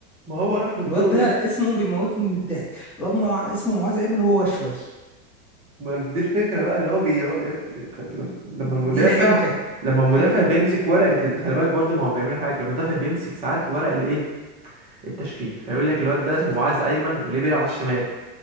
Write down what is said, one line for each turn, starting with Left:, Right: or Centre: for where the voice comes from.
Right: ما هو راح بالطرق
Centre: الواد ده
Right: دي
Centre: اسمه بيموتني من الضحك الواد مع... اسمه معاذ ايمن وهو اشول
Right: ما دي الفكرة بقى ان هو بيرا يد بي... لما
Centre: دي,
Right: المدافع
Centre: دي الحنكه
Right: لما المدافع
Centre: امم
Right: بيمسك ورقة ال... خلي بالك برضه ما هو بيعملوا حاجة المدافع بيمسك ساعات ورق الايه التشكيل فيقول لك الواد ده
Centre: شايف
Right: اسمه معاذ ايمن وليه بيلعب على الشمال